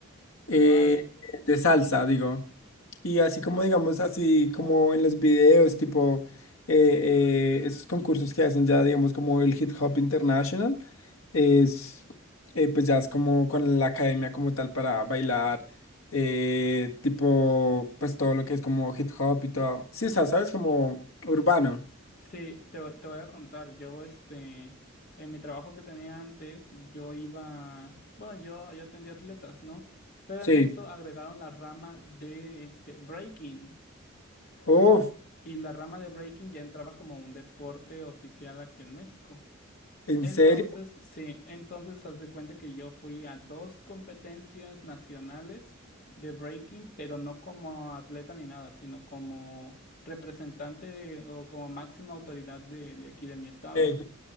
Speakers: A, on the left; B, on the left.
A: eh,
B: vale.
A: de salsa, digo. Y así como digamos, así como en los videos, tipo eh, eh, esos concursos que hacen ya, digamos, como el Hip Hop International, es eh, pues ya es como con la academia como tal para bailar, eh, tipo pues todo lo que es como hip hop y todo. Sí, o sea, sabes, como urbano.
B: Sí, te, vo- te voy a contar. Yo, este, en mi trabajo que tenía antes, yo iba, bueno, yo, yo atendía atletas, ¿no? Pero
A: Sí.
B: en eso agregaron la rama de este breaking.
A: Uf,
B: Y la rama de breaking ya entraba como un deporte oficial aquí en México.
A: ¿en
B: Entonces,
A: serio?
B: sí, entonces haz de cuenta que yo fui a dos competencias nacionales de breaking, pero no como atleta ni nada, sino como representante o como máxima autoridad de, de aquí de mi estado.
A: Eh,